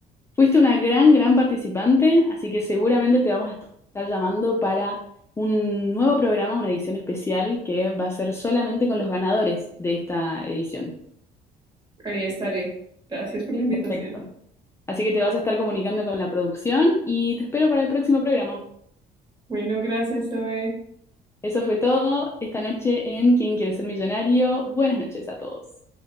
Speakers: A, on the left; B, on the right.
A: Fuiste una gran, gran participante, así que seguramente te vamos a estar llamando para un nuevo programa, una edición especial que va a ser solamente con los ganadores de esta edición.
B: Ahí estaré. Gracias por la invitación.
A: Perfecto. Así que te vas a estar comunicando con la producción y te espero para el próximo programa.
B: Bueno, gracias, Zoe.
A: Eso fue todo esta noche en ¿Quién quiere ser millonario? Buenas noches a todos.